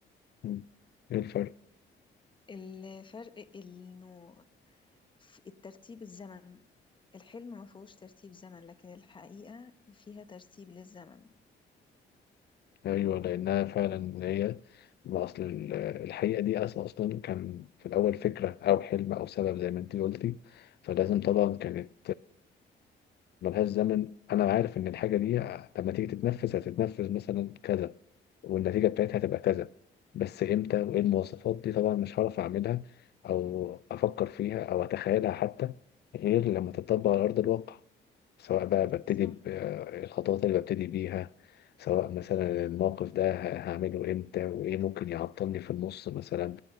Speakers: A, on the left (about 55°); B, on the left (about 25°).
A: مم. ايه الفرق؟
B: الفرق إنه في الترتيب الزمن الحلم ما فيهوش ترتيب زمن لكن الحقيقة فيها ترتيب للزمن
A: ايوه لانها فعلا هي ما اصل ال- الحقيقة دي أص- اصلا كان في الاول فكرة او حلم او سبب زي ما انت قلتي فلازم طبعا كانت ملهاش زمن انا عارف ان الحاجه دي لما تيجي تتنفذ هتتنفذ مثلا كذا والنتيجه بتاعتها هتبقى كذا بس امتى وايه المواصفات دي طبعا مش هعرف اعملها او افكر فيها او اتخيلها حتى غير لما تتطبق على ارض الواقع سواء بقى ببتدي
B: صح
A: بالخطوات اللي ببتدي بيها سواء مثلا الموقف ده ه- هعمله امتى وايه ممكن يعطلني في النص مثلا